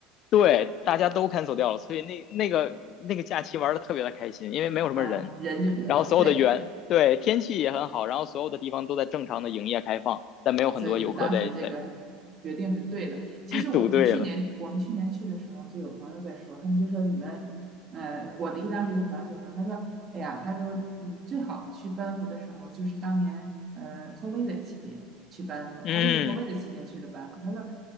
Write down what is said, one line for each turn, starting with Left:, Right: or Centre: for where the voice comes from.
Left: 对，大家都 cancel 掉了，所以那那个那个假期玩的特别的开心，因为没有什么人，
Right: 啊，人就比较少。
Left: 然后所有的园，
Right: 对，
Left: 对，天气也很好，然后所有的地方都在正常的营业开放，但没有很多游客在在
Right: 所以你们当时这个决定是对的。其实我们去年我们去年去的时候，
Left: 在堵队了。
Right: 就有朋友在说，他们就说你们，呃，我的一当时一个朋友就说，他说，哎呀，他说，嗯，最好去班夫的时候就是当年呃 COVID 的期间去班夫，他就是
Left: 嗯
Right: COVID 的期间去的班夫，他说